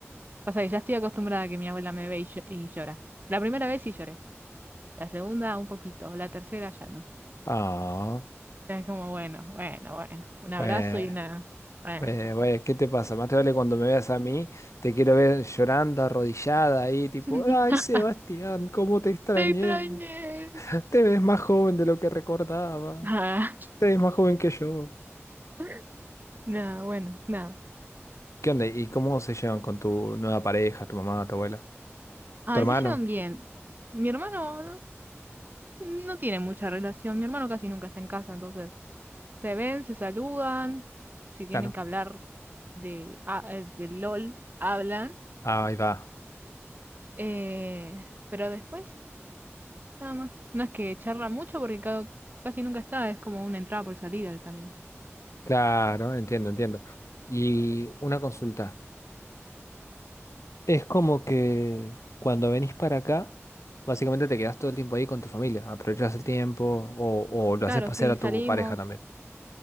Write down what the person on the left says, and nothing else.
Ah,
bueno.
Eh, güey, ¿qué te pasa? Más te vale cuando me veas a mí, te quiero ver llorando, arrodillada ahí, tipo,
ay, Sebastián, cómo te extrañé.
Te ves más joven de lo que recordaba.
Te ves más joven que yo.
¿Qué onda? ¿Y cómo se llevan con tu nueva pareja, tu mamá, tu abuela?
¿Tu
hermano?
Claro.
Ah, ahí va.
Claro, entiendo, entiendo. Y una consulta. Es como que cuando venís para acá, básicamente te quedas todo el tiempo ahí con tu familia, aprovechas el tiempo o, o lo
haces pasear
a
tu pareja también.